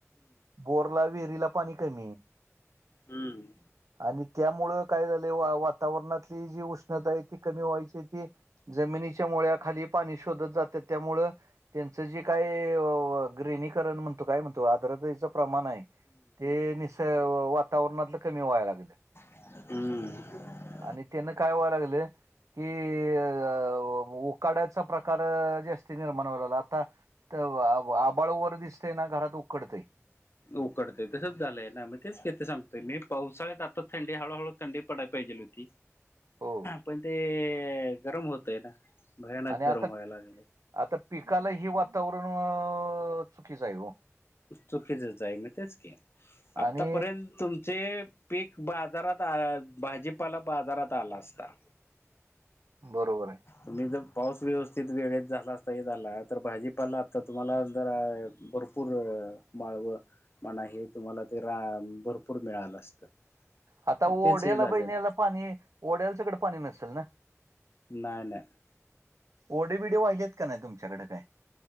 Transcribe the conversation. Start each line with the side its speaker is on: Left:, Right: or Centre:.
Right: बोरला विहिरीला पाणी कमी ये.
Left: हम्म.
Right: आणि त्यामुळं काय झालंय वा वातावरणातली जी उष्णता आहे ती कमी व्हायची ती जमिनीच्या मुळ्या खाली पाणी शोधत जात्यात त्यामुळ त्यांचं जे काय अ ग्रेनीकरण म्हणतो काय म्हणतो आद्रतेचा प्रमाण आहे ते निस वातावरणातलं कमी व्हायला लागेलं.
Left: हम्म
Right: आणि त्यांन काय व्हाया लागलं कि अ उकाड्याचा प्रकार अ जास्ती निर्माण होयला लागला आता त आभांळ वर दिसतेय ना घरात उकडतय.
Left: उकडतय तसंच झालंय ना मग तेच की आता सांगतोय मी पावसाळ्यात आता थंडी हळूहळू थंडी पडाला पाहिजे होती.
Right: हो
Left: पण ते गरम होतय ना भयानक
Right: आणि आता
Left: गरम व्हायला लागलय.
Right: आता पिकाला हें वातावरण अ चुकीचं आहे हो.
Left: चुकीचच आहे म तेच की आतापर्यंत
Right: आणि
Left: तुमचे पीक बाजारात आ या भाजीपाला बाजारात आला असता.
Right: बरोबर आहे.
Left: तुम्ही जर पाऊस व्यवस्थित वेगळेत झाला असता हे झाला तर भाजीपाला आता तुम्हाला जरां भर पूर माळवं म्हणा हे तुम्हाला ते रानं भरपूर मिळालं असतं. <unintelligible>
Right: आता
Left: तेच
Right: ओढ्याला
Left: हे झालेलं
Right: बय न्यायला पाणी ओढ्याला कडं पाणी नसल न
Left: नाही नाही
Right: ओडी बीडी वाहिलीत का नाय तुमच्याकडे काय?